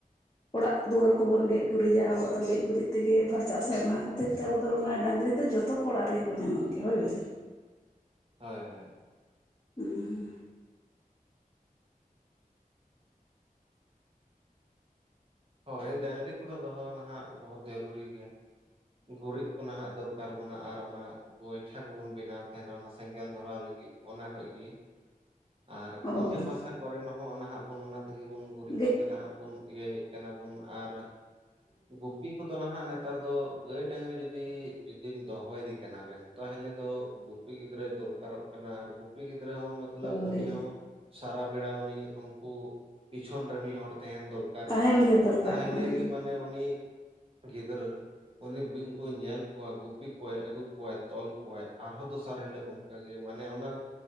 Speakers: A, on the left; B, on the right.
A: ᱚᱲᱟᱜ ᱫᱩᱣᱟᱹᱨ ᱠᱚᱵᱚᱱ ᱜᱮᱡ ᱜᱩᱨᱤᱡᱟ ᱟᱵᱚᱣᱟᱜ ᱫᱚ ᱜᱮᱡ ᱜᱩᱨᱤᱡ ᱛᱮᱜᱮ ᱯᱷᱟᱨᱪᱟᱜ ᱟᱥᱮ ᱚᱱᱟ ᱠᱷᱟᱹᱛᱤᱨ ᱛᱮ ᱟᱵᱚ ᱫᱚ ᱰᱟᱹᱝᱜᱨᱤ ᱫᱚ ᱡᱚᱛᱚ ᱠᱚ ᱚᱲᱟᱜ ᱨᱮᱜᱮ ᱠᱚ ᱧᱟᱢᱚᱜ ᱜᱮᱭᱟ ᱦᱳᱭ ᱵᱮᱥᱮ
B: ᱦᱳᱭ ᱦᱳᱭ
A: ᱦᱮᱸ ᱦᱮᱸ
B: ᱦᱳᱭ ᱰᱟᱹᱝᱨᱤ ᱠᱚᱫᱚ ᱫᱚᱦᱚ ᱱᱟᱦᱟᱜ ᱵᱚᱦᱩᱛ ᱡᱟᱹᱨᱩᱨᱤ ᱜᱮᱭᱟ ᱜᱩᱨᱤᱡ ᱠᱚ ᱱᱟᱦᱟᱜ ᱫᱚᱨᱠᱟᱨ ᱛᱟᱨ ᱵᱚᱱᱟ ᱟᱨ ᱚᱱᱟ ᱜᱚᱭᱴᱷᱟ ᱠᱚᱵᱚᱱ ᱵᱮᱱᱟᱣ ᱛᱟᱦᱮᱱᱟ ᱚᱱᱟ ᱥᱮᱸᱜᱮᱞ ᱫᱷᱚᱨᱟᱣ ᱞᱟᱹᱜᱤᱫ ᱚᱱᱟ ᱠᱷᱚᱡ ᱜᱮ ᱟᱨ
A: ᱚ
B: ᱯᱩᱡᱟᱹ ᱯᱟᱥᱟ ᱠᱚᱨᱮ ᱦᱚᱸ ᱱᱟᱦᱟᱜ ᱵᱚᱱ ᱚᱱᱟ ᱛᱮᱜᱮ ᱵᱚᱱ ᱜᱩᱨᱤᱡ
A: ᱜᱮ
B: ᱠᱚᱛᱮ ᱱᱟᱦᱟᱜ ᱵᱚᱱ ᱤᱭᱟᱹᱭ ᱠᱟᱱᱟ ᱵᱚᱱ ᱟᱨ ᱜᱩᱯᱤ ᱠᱚᱫᱚ ᱱᱟᱦᱟᱜ ᱱᱮᱛᱟᱨ ᱫᱚ ᱜᱟᱹᱭ ᱰᱟᱹᱝᱨᱤ ᱡᱩᱫᱤ ᱡᱩᱫᱤᱢ ᱫᱚᱦᱚᱭᱤᱫᱤ ᱠᱟᱱᱟ ᱵᱮᱱ ᱛᱟᱦᱚᱞᱮ ᱫᱚ ᱜᱩᱯᱤ ᱜᱤᱫᱽᱨᱟᱹ ᱫᱚ ᱫᱚᱨᱠᱟᱨᱚᱜ ᱠᱟᱱᱟ ᱟᱨ ᱜᱩᱯᱤ ᱜᱤᱫᱽᱨᱟᱹ ᱜᱤᱫᱽᱨᱟᱹ ᱦᱚᱸ ᱢᱚᱛ
A: ᱦᱳᱭ
B: ᱩᱱᱤ ᱦᱚᱸ ᱥᱟᱨᱟ ᱵᱮᱲᱟ ᱩᱱᱤ ᱩᱱᱠᱩ ᱯᱤᱪᱷᱚᱱ ᱨᱮ ᱢᱤᱫ ᱦᱚᱲ ᱛᱟᱦᱮᱱ ᱫᱚᱨᱠᱟᱨ
A: ᱛᱟᱦᱮᱱ
B: ᱠᱟᱱᱟ
A: ᱜᱮ ᱫᱚᱨᱠᱟᱨ
B: ᱛᱟᱦᱚᱞᱮ
A: ᱠᱟᱱᱟ ᱦᱮᱸ
B: ᱜᱮ ᱢᱟᱱᱮ ᱩᱱᱤ ᱜᱤᱫᱽᱨᱟᱹ ᱩᱱᱤ ᱩᱱᱠᱩ ᱧᱮᱞ ᱠᱚᱣᱟ ᱜᱩᱯᱤ ᱠᱚᱣᱟᱭ ᱟᱹᱜᱩ ᱠᱚᱣᱟᱭ ᱛᱚᱞ ᱠᱚᱣᱟᱭ ᱟᱨᱦᱚᱸ ᱫᱚᱥᱟᱨ ᱦᱤᱞᱟᱹᱜ ᱚᱱᱠᱟ ᱜᱮ ᱢᱟᱱᱮ ᱚᱱᱟ